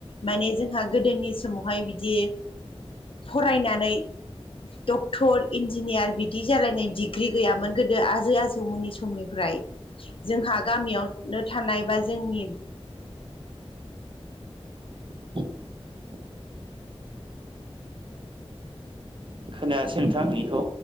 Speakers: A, on the left; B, on the right.
A: माने जोंहा गोदोनि समावहाय बिदि फरायनानै डक्टर इन्जिनियार बिदि जालायनाय डिग्रि गैयामोन गोदो आजै आजौमोननि समनिफ्राय जोंहा गामियावनो थानाय बा जोंनि
B: <inaudible> खोनायासै नोंथां नोंनिखौ